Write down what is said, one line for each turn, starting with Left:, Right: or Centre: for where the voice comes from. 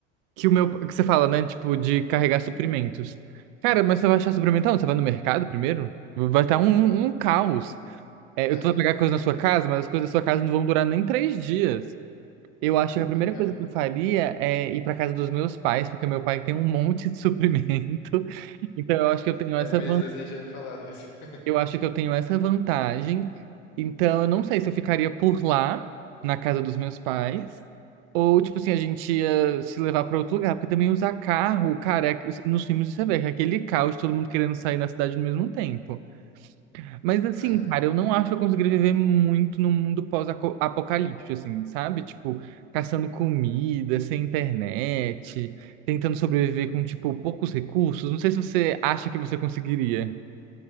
Right: que o meu. Que você fala, né? Tipo, de carregar suprimentos. Cara, mas você vai achar suprimento onde? Você vai no mercado primeiro? Vai estar um, um, um caos. É,
Left: É,
Right: eu tô vai pegar coisa na sua casa, mas as coisas da sua casa não vão durar nem três dias. Eu acho que a primeira
Left: é pior.
Right: coisa que eu faria é ir para casa dos meus pais, porque meu pai tem um monte de suprimento. <laughs> Então eu acho que eu tenho
Left: É
Right: essa
Left: mesmo, né? Você já tinha me falado isso. <laughs>
Right: eu acho que eu tenho essa vantagem. Então, eu não sei se eu ficaria por lá, na casa dos meus pais, ou, tipo assim, a gente ia se levar para outro lugar. Porque também usar carro, cara, é- nos filmes você vê que é aquele caos, todo mundo querendo sair na cidade no mesmo tempo. Mas, assim,
Left: É.
Right: cara, eu não acho que eu conseguiria viver muito no mundo pós-apocalíptico, assim, sabe? Tipo, caçando comida, sem internet, tentando sobreviver com, tipo, poucos recursos. Não sei se você acha que você conseguiria.